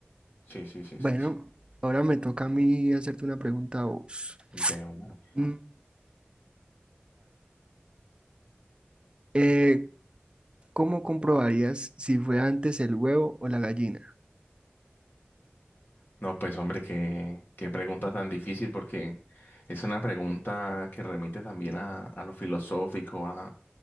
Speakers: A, on the left (about 55°); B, on the right (about 25°).
A: Sí, sí, sí,
B: Bueno,
A: sí, sí.
B: ahora me toca a mí hacerte una pregunta a vos.
A: De una.
B: Mm, Eh, ¿cómo comprobarías si fue antes el huevo o la gallina?
A: No, pues hombre, qué, qué pregunta tan difícil porque es una pregunta que remite también a, a lo filosófico, a,